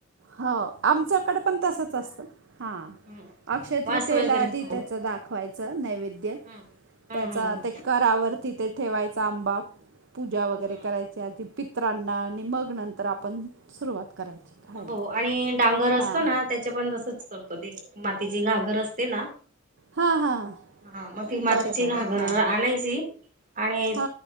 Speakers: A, on the right; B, on the right.
A: हो आमच्याकडे पण तसंच असतं हा
B: हम्म
A: अक्षय
B: वास
A: तृतीयेला
B: वगैरे
A: आधी
B: खाऊ
A: त्याच दाखवायचं नैवेद्य
B: हम्म
A: त्याचा
B: हम्म
A: ते घरावरती ते ठेवायचा आंबा पूजा वगैरे
B: हम्म
A: करायची आधी पितरांना आणि मग नंतर आपण सुरुवात करायची. खायला
B: हो आणि डांगर असत
A: हां
B: ना त्याचे पण तसच करतो ते मातीची घागर असते ना
A: हां हां
B: हा मग ती मातीची
A: बरं बरं
B: घागर
A: हां
B: आणायची आणि
A: हा